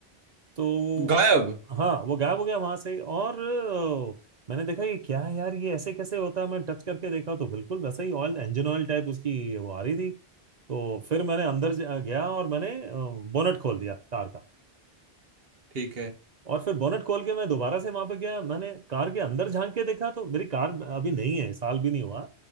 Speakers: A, on the right; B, on the right.
A: तो
B: गायब
A: हाँ वो गायब हो गया वहां से और अ, मैंने देखा ये क्या है यार ये ऐसे कैसे होता है मैं टच करके देखा तो बिल्कुल वैसा ही ऑयल इंजन ऑयल टाइप उसकी वो आ रही थी तो फिर मैंने अंदर ज- गया और मैंने बोनट खोल दिया कार का
B: ठीक है
A: और फिर बोनट खोल के मैं दोबारा से वहां पे गया मैंने कार के अंदर झांक के देखा तो मेरी कार अभी नहीं है साल भी नहीं हुआ